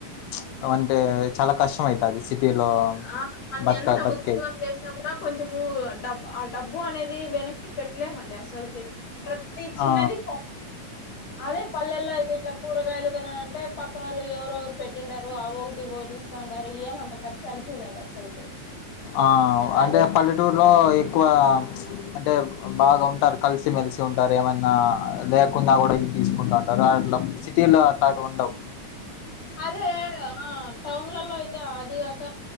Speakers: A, on the left (about 90°); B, on the left (about 70°).
A: చ్ అంటే చాలా కష్టంమయితది. సిటీలో
B: ఆ మనం
A: బతక
B: ఎంత
A: బతికేకి
B: ఉద్యోగం చేసినా కూడా కొంచము డబ్ ఆ డబ్బు అనేది వెనక్కి పెట్టలేమండి అసలకి ప్రతి చిన్నది
A: ఆ!
B: కోపం అదే పల్లెల్లో అయితే ఇట్లా కూరగాయలు కనా అంటే పక్కన వాళ్ళు ఎవరవరు పెట్టింటారు ఆ ఒకటి ఇ ఒకటి చ అంటారు ఏమ అంత ఖర్చు అనిపియదండి అసలుకి
A: ఆ అంటే
B: అదే
A: పల్లెటూరులో ఎక్కువ అంటే బాగా ఉంటారు కలిసిమెలిసి ఉంటారు ఏమన్నా, లేకున్నా కూడా ఇది తీసుకుంటారు. ఆ రట్లామ్ సిటీలో అట్లా అటు ఉండవు
B: అదే ఆ టౌన్లలో అయితే అదిగాక